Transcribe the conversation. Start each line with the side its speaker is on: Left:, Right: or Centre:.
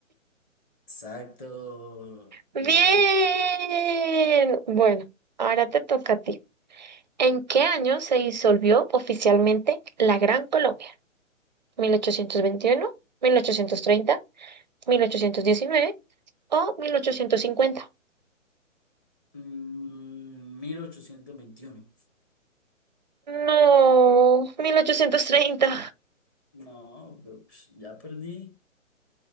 Left: Exacto.
Right: Bien.
Left: Bien.
Right: Bueno, ahora te toca a ti. ¿En qué año se disolvió oficialmente la Gran Colombia? ¿Mil mil ochocientos ochocientos veintiuno, mil ochocientos treinta, mil ochocientos diecinueve o 1850?
Left: Mm, mil ochocientos veintiuno
Right: No, 1830.
Left: No, pero, pues, ya perdí.